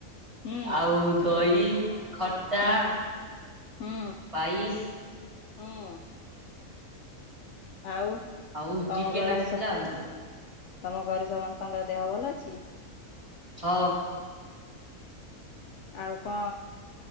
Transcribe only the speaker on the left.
ହୁଁ
ହୁଁ ହୁଁ
ହୁଁ। ଆଉ
ତମ
ଘର
ସ
ତମ ଘରେ ସମସ୍ତଙ୍କର ଦେହ ଭଲ ଅଛି।
ଆଉ କଁ